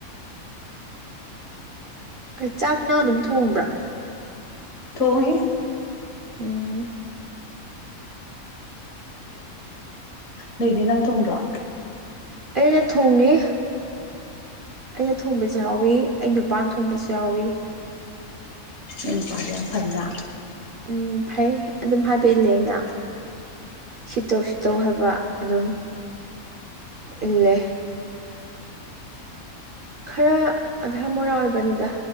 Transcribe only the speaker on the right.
ꯀꯩ ꯆꯥꯛ ꯅꯪ ꯑꯗꯨꯝ ꯊꯣꯡꯕ꯭ꯔꯥ
ꯎꯝ
ꯑꯩꯅ ꯊꯣꯡꯉꯤ ꯑꯩꯅ ꯊꯣꯡꯕꯁꯨ ꯌꯥꯎꯋꯤ ꯑꯩ ꯅꯨꯄꯥꯅ ꯊꯣꯡꯕꯁꯨ ꯌꯥꯎꯏꯤ
ꯎꯝ ꯐꯩ ꯑꯗꯨꯝ ꯍꯥꯏꯕ ꯏꯜꯂꯦ ꯑꯩꯅ ꯁꯤꯇꯧ ꯁꯤꯇꯧ ꯍꯥꯏꯕ ꯑꯗꯨꯝ ꯏꯜꯂꯦ ꯈꯔ ꯑꯙꯥ ꯃꯣꯔꯥ ꯑꯣꯏꯕꯅꯤꯗ